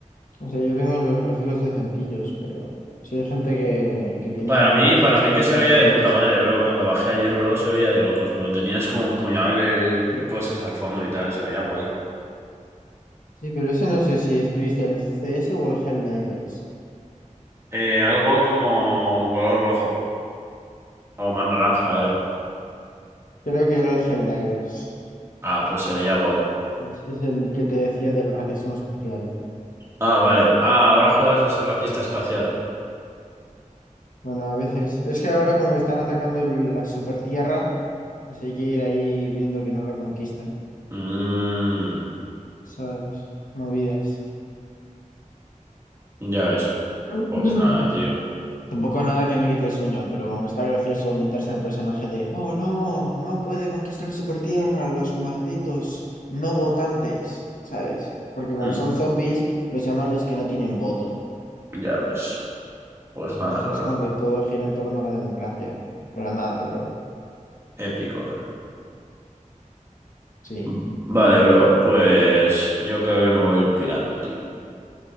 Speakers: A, on the left; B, on the right.
A: O sea, yo tengo los gráficos decentillos, pero sí hay gente que, que tiene
B: Para
A: como
B: mí,
A: gráficos
B: para mí
A: todo
B: que se
A: R
B: veía de
A: T
B: puta
A: X
B: madre,
A: Ultra.
B: bro. Cuando bajé ayer, bro, se veía de locos, pero tenías como un puñal de
A: Pero-
B: cosas al fondo y tal, se veía guay.
A: sí, pero ese no sé si es- viste el C S o el Helldivers.
B: Eh, algo como color rojo o más naranja era.
A: Creo que era el Helldivers.
B: Ah, pues se veía God.
A: Ese es el que te decía del racismo especial.
B: Ah, vale. Ah, ahora juegas a ser racista espacial.
A: Bueno, a veces. Es que ahora como que están atacando la supertierra Así hay que ir ahí viendo que no la conquistan,
B: Mm,
A: ¿sabes? Movidas.
B: ya ves.
A: Mm.
B: Pues nada, tío.
A: Tampoco nada que me quite el sueño, pero como que está gracioso meterse en el personaje de, oh no, no puede conquistar Supertierra, los malditos no votantes, ¿sabes? Porque como
B: Hmm,
A: son zombies, los llaman los que no tienen voto.
B: ya ves. Pues nada,
A: Entonces
B: bro.
A: es como que todo gira en torno a la democracia. Pero nada, bro.
B: Épico.
A: Sí,
B: V- Vale, bro. Pues yo creo que me voy a ir pirando, tío.